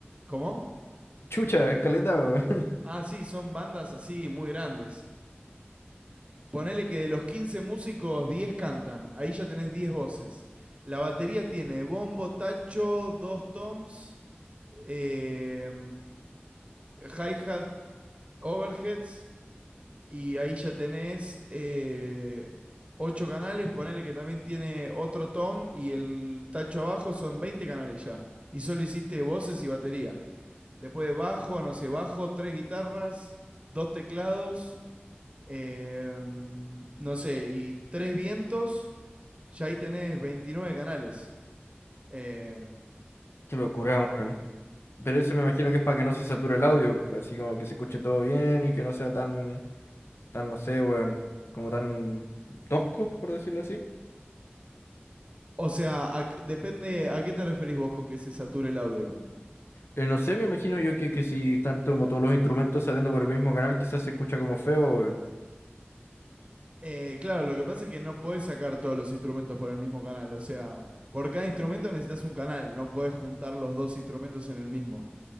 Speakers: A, on the right; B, on the left.
A: ¿Cómo?
B: chucha, escaleta, weón.
A: Ah, sí, son bandas así muy grandes. Ponele que de los 15 músicos, 10 cantan. Ahí ya tenés 10 voces. La batería tiene bombo, tacho, dos toms, eh, hi-hat, overheads. Y ahí ya tenés eh, 8 canales. Ponele que también tiene otro tom y el tacho abajo. Son 20 canales ya. Y solo hiciste voces y batería. Después bajo, no sé, bajo, tres guitarras, dos teclados eh, no sé, y Tres Vientos, ya ahí tenés 29 canales. Eh,
B: <laughs> Qué locura, weón. Pero eso me imagino que es para que no se sature el audio, así como que se escuche todo bien y que no sea tan, tan, no sé, weón, como tan tosco, por decirlo así.
A: o sea, a depende a qué te referís vos con que se sature el audio.
B: Eh, no sé, me imagino yo que, que si están como todos los instrumentos saliendo por el mismo canal, quizás se escucha como feo, weón.
A: Eh, claro, lo que pasa es que no podés sacar todos los instrumentos por el mismo canal. O sea, por cada instrumento necesitas un canal, no podés juntar los dos instrumentos en el mismo.